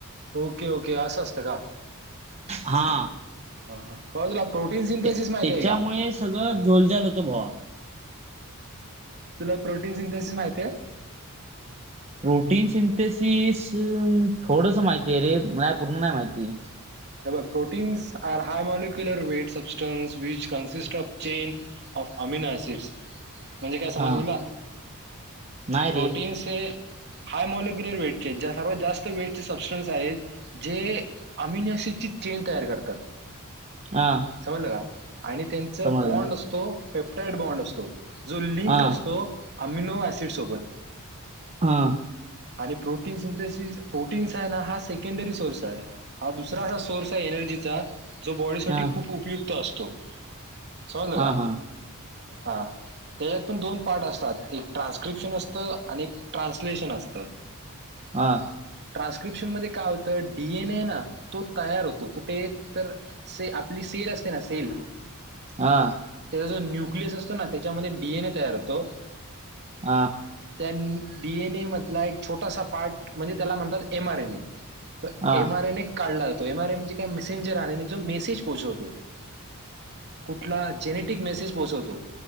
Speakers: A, on the right; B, on the right.
A: ओके ओके असं असतं का
B: हा
A: हा हा बाबा तुला प्रोटीन सिंथेसिस
B: त्याच्यामुळे
A: माहिती आहे का
B: सगळं झोलझाल होतो भावा.
A: तुला प्रोटीन सिंथसी माहिती आहे.
B: प्रोटीन सिंथेसिस थोडस माहितीय आहे रे, नाही पूर्ण नाही माहिती.
A: हे बघ proteins are high molecular weight substance which consist of chain of amino acids. म्हणजे काय समजले
B: हा
A: बा
B: नाही रे
A: प्रोटनस हे हाय मलिक्युलर वेटचे सर्वात जास्त वेटचे सबस्टन्स आहेत जे अमिनि चेन तयार करतात.
B: हा
A: समजलं का आणि त्यांचा
B: समजलं
A: बॉन्ड असतो पेप्टाइट बॉन्ड असतो. जो लिंक
B: हा
A: असतो अमिनो ऍसिड सोबत.
B: हा
A: आणि प्रोटीन सिंथेसीस प्रोटीन्स आहे ना हा सेकंडरी सोर्स आहे हा दु असा सोर्स आहे एनर्जीचा जो बॉडीसाठी
B: हा हा
A: खूप उपयुक्त असतो. समजल
B: हा
A: का
B: हा
A: हा त्याच्यात पण दोन पार्ट असतात. एक ट्रान्स्क्रिप्शन अस त आणि ट्रान्सलेशन असतं.
B: हा
A: ट्रान्स्क्रिप्शन मध्ये काय होतं डीएनए ना तो तयार होतो कुठे तर से आपली सेल असते ना सेल
B: हा
A: त्याचा जो न्युक्लिअस असतो ना त्याच्यामध्ये डीएनए तयार होतो.
B: आ
A: त्या डी एन एमधला एक छोटासा पार्ट म्हणजे त्याला म्हणतात एम आर एन ए.
B: हा
A: एमआरए
B: हा
A: न काढला जातो एमआरएमचे म्हणजे काय, मेसेंजर आहे जो मसेज पोहचवतो. <inaudible> कुठला जेनेटिक मेसेज पोहोचवतो